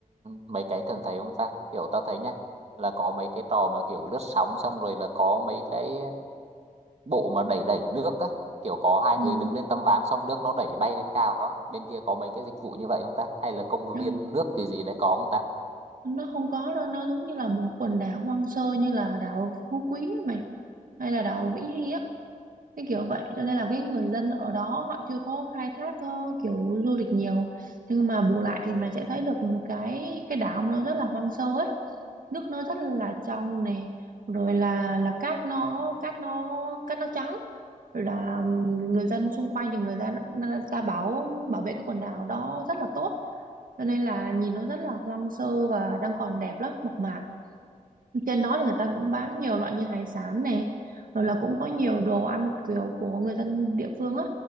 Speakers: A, on the right; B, on the right.
A: mấy cái thường thấy không ta kiểu tao thấy nhá là có mấy cái trò mà kiểu lướt sóng xong rồi là có mấy cái bộ mà đẩy đẩy nước á kiểu có hai
B: ừ.
A: người đứng lên tấm ván xong nước nó đẩy bay lên cao á bên kia có mấy cái dịch vụ như vậy không ta hay là công
B: Ừ.
A: viên nước thì gì đấy có không ta
B: nó không có đâu nó giống như là một quần đảo hoang sơ như là đảo Phú Quý á mày hay là đảo Vĩnh Hy á cái kiểu vậy cho nên là cái người dân ở đó họ chưa có khai thác ờ, kiểu du lịch nhiều nhưng mà bù lại thì mình sẽ thấy được một cái cái đảo nó rất là hoang sơ ấy nước nó rất là trong này rồi là là cát nó cát nó cát nó trắng Rồi là người dân xung quanh thì người ta người ta bảo bảo vệ cái quần đảo đó rất là tốt cho nên là nhìn nó rất là hoang sơ và đang còn đẹp lắm mộc mạc trên đó thì người ta
A: Ừ.
B: cũng bán nhiều loại như hải sản này rồi là cũng có nhiều đồ ăn kiểu của người dân địa phương á